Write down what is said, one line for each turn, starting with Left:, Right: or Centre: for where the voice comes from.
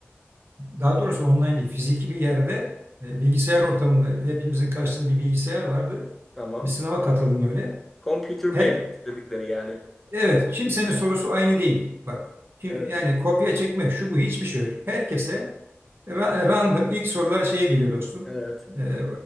Right: Daha doğrusu online değil, fiziki bir yerde e, bilgisayar ortamında hepimizin karşısında bir bilgisayar vardı.
Centre: tamam.
Right: Bir sınava katıldım öyle.
Centre: Computer
Right: Her
Centre: based dedikleri yani.
Right: Evet, kimsenin sorusu aynı değil. Bak, kim-
Centre: Evet,
Right: yani kopya çekmek şu bu hiçbir şey yok. Herkese ra- e, random ilk sorular şeye geliyor dostum.
Centre: evet,
Right: Ee, e,